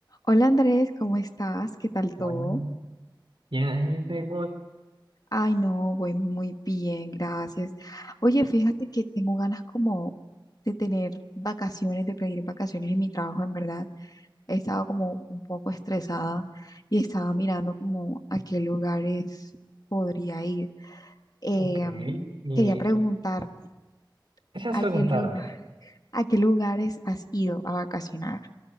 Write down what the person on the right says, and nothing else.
Muy bien, el Facebook.
Ok. Y
gracias
por
preguntarme.